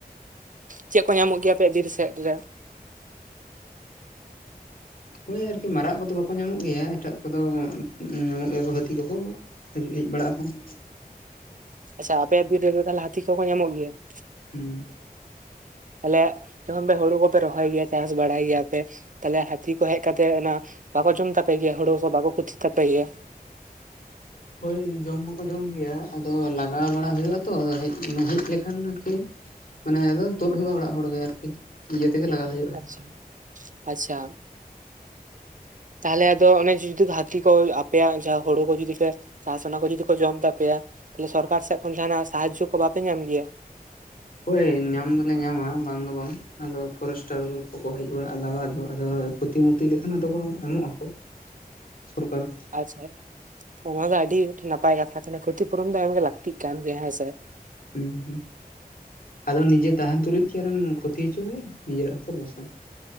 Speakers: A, on the right; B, on the left.
A: ᱪᱮᱫ ᱠᱚ ᱧᱟᱢᱚᱜ ᱜᱮᱭᱟ ᱟᱯᱮ ᱵᱤᱨ ᱥᱮᱫ ᱨᱮ?
B: ᱦᱳᱭ ᱟᱨᱠᱤ ᱢᱟᱨᱟᱜ ᱠᱚᱫᱚ ᱵᱟᱠᱚ ᱧᱟᱢᱚᱜ ᱜᱮᱭᱟ, ᱮᱴᱟᱜ ᱠᱚᱫᱚ ᱧᱟᱢᱚᱜ ᱜᱮᱭᱟ ᱦᱟᱹᱛᱤ ᱠᱚᱠᱚ ᱾ ᱦᱤᱡᱩᱜ ᱦᱮᱡ ᱵᱟᱲᱟᱜ ᱟᱠᱚ ᱾
A: ᱟᱪᱪᱷᱟ ᱟᱯᱮᱭᱟᱜ ᱵᱤᱨ ᱨᱮᱫᱚ ᱛᱟᱦᱚᱞᱮ ᱦᱟᱹᱛᱤ ᱠᱚᱠᱚ ᱧᱟᱢᱚᱜ ᱜᱮᱭᱟ ᱾
B: ᱦᱩᱸ
A: ᱛᱟᱦᱚᱞᱮ ᱡᱚᱠᱷᱚᱱ ᱯᱮ ᱦᱩᱲᱩ ᱠᱚᱯᱮ ᱨᱚᱦᱚᱭ ᱜᱮᱭᱟ ᱪᱟᱥ ᱵᱟᱲᱟᱭ ᱜᱮᱭᱟ ᱯᱮᱼᱼ ᱛᱟᱦᱚᱞᱮ ᱦᱟᱹᱛᱤ ᱠᱚ ᱦᱮᱡ ᱠᱟᱛᱮᱜ ᱚᱱᱟ ᱵᱟᱠᱚ ᱡᱚᱢ ᱛᱟᱯᱮ ᱜᱮᱭᱟ ᱦᱩᱲᱩ ᱠᱚ ᱵᱟᱠᱚ ᱠᱷᱚᱛᱤ ᱛᱟᱯᱮ ᱜᱮᱭᱟ ᱾
B: ᱦᱳᱭ ᱡᱚᱢ ᱢᱟᱠᱚ ᱡᱚᱢ ᱜᱮᱭᱟ, ᱟᱫᱚ ᱞᱟᱜᱟ ᱵᱟᱲᱟ ᱦᱩᱭᱩᱜ ᱟᱛᱚ ᱟᱫᱚ ᱦᱮᱡ ᱞᱮᱠᱷᱟᱱ ᱟᱨᱠᱤᱼᱼ ᱢᱟᱱᱮ ᱟᱫᱚ ᱛᱩᱫ ᱦᱩᱭᱩᱜᱼᱟ ᱚᱲᱟᱜ ᱦᱚᱲ ᱜᱮ ᱟᱨᱠᱤ ᱤᱭᱟᱹ ᱛᱮᱜᱮ ᱞᱟᱜᱟ ᱦᱩᱭᱩᱜ ᱾
A: ᱟᱪᱷᱟ <unintelligible> ᱟᱪᱪᱷᱟ
B: <inaudible>
A: ᱛᱟᱦᱚᱞᱮ ᱟᱫᱚ ᱚᱱᱮ ᱡᱩᱫᱤ ᱦᱟᱹᱛᱤ ᱠᱚ ᱟᱯᱮᱭᱟᱜ ᱡᱟᱸᱦᱟ ᱦᱩᱲᱩ ᱠᱚ ᱡᱩᱫᱤ ᱯᱮᱼᱼ ᱪᱟᱥ ᱚᱱᱟ ᱠᱚ ᱡᱩᱫᱤ ᱠᱚ ᱡᱚᱢ ᱛᱟᱯᱮᱭᱟ, ᱛᱟᱦᱚᱞᱮ ᱥᱚᱨᱠᱟᱨ ᱥᱮᱫ ᱠᱷᱚᱱ ᱡᱟᱦᱟᱱᱟᱜ ᱥᱟᱦᱟᱡᱽᱡᱚ ᱠᱚ ᱵᱟᱯᱮ ᱧᱟᱢ ᱜᱮᱭᱟ᱾
B: ᱦᱳᱭ ᱧᱟᱢ ᱫᱚᱞᱮ ᱧᱟᱢᱟ ᱵᱟᱝ ᱫᱚ ᱵᱟᱝ ᱾ ᱟᱫᱚ ᱯᱷᱚᱨᱮᱥᱴᱟᱨ ᱠᱚᱠᱚ ᱦᱮᱡ ᱵᱟᱲᱟᱜ ᱞᱟᱜᱟ, ᱟᱫᱚ ᱟᱫᱚ ᱠᱷᱚᱛᱤ ᱢᱚᱛᱤ ᱞᱮᱠᱷᱟᱱ ᱟᱫᱚ ᱠᱚ ᱮᱢᱚᱜ ᱟᱠᱚ ᱾ ᱥᱚᱨᱠᱟᱨ ᱾
A: ᱟᱪᱪᱷᱟ, ᱚᱱᱟ ᱫᱚ ᱟᱹᱰᱤ ᱱᱟᱯᱟᱭ ᱠᱟᱛᱷᱟ ᱠᱟᱱᱟ ᱠᱷᱚᱛᱤᱯᱩᱨᱚᱱ ᱫᱚ ᱮᱢᱜᱮ ᱞᱟᱹᱠᱛᱤᱜ ᱠᱟᱱ ᱜᱮᱭᱟ ᱦᱮᱸ ᱥᱮ ᱾
B: ᱦᱩᱸ ᱦᱩᱸ ᱟᱫᱚ ᱱᱤᱡᱮ ᱛᱟᱦᱮᱱ ᱛᱩᱞᱩᱡ ᱜᱮ ᱟᱨᱮᱢ ᱠᱷᱚᱛᱤ ᱦᱚᱪᱩᱣᱟᱭᱟ ᱱᱤᱡᱮᱨᱟᱜ ᱦᱚᱛᱚ ᱞᱚᱠᱥᱟᱱ ᱾